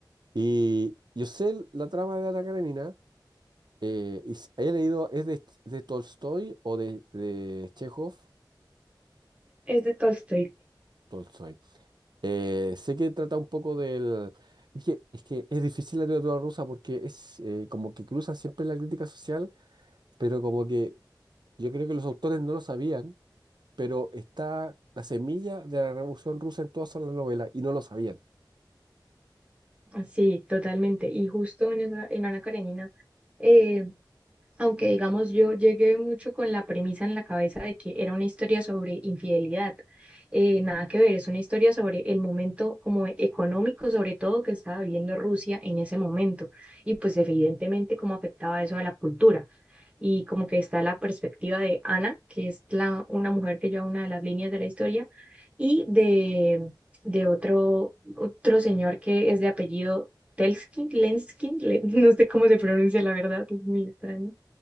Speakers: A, on the right; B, on the right.
A: Y yo sé la trama de Ana Karenina, eh, y s- he leído, es de, de Tolstoy o de, de Chekhov,
B: Es de Tolstoy.
A: Tolstoy. Eh, sé que trata un poco del... Es que, es que es difícil la literatura rusa porque es eh, como que cruzan siempre la crítica social, pero como que yo creo que los autores no lo sabían, pero está la semilla de la Revolución Rusa en todas las novelas y no lo sabían.
B: Sí, totalmente. Y justo en, esa- en Ana Karenina eh, Aunque digamos yo llegué mucho con la premisa en la cabeza de que era una historia sobre infidelidad. Eh, nada que ver, es una historia sobre el momento como e- económico, sobre todo que estaba viviendo Rusia en ese momento y pues evidentemente cómo afectaba eso a la cultura. Y como que está la perspectiva de Ana, que es la, una mujer que lleva una de las líneas de la historia, y de, de otro, otro señor que es de apellido Telskin, Lenskin, le- <laughs> no sé cómo se pronuncia la verdad, es muy extraño